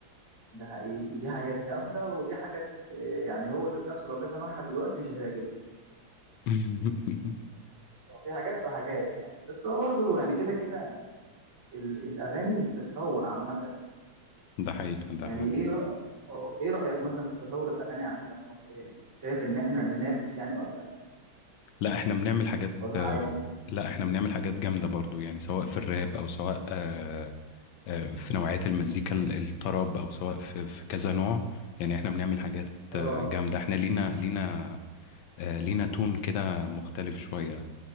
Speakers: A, on the right (about 40°); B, on the left (about 75°).
A: حقيقي ليه حاجات جامده وليه حاجات آه، يعني هو ذات نفسه لو جه سمعها دلوقتي مش هتعجبه
B: <laughs>
A: هو في حاجات وحاجات يعني بس هو برضه يعني كده كده يعني ال- الاغاني بتتطور عامه
B: ده حقيقة ده
A: يعني
B: حقيقة.
A: ايه لا رأيك أو ايه رأيك مثلا في تطور الاغاني عندنا في مصر هنا شايف ان احنا ننافس يعني ولا
B: لا احنا بنعمل حاجات
A: ولا
B: آه،
A: عادي
B: لا احنا بنعمل حاجات جامدة برضو يعني سواء في الراب او سواء آه، آه، في نوعية المزيكا ال- الطرب او سواء في في كذا نوع يعني احنا بنعمل حاجات
A: اه
B: آه، جامدة احنا لينا لينا آه، لينا تون كده مختلف شوية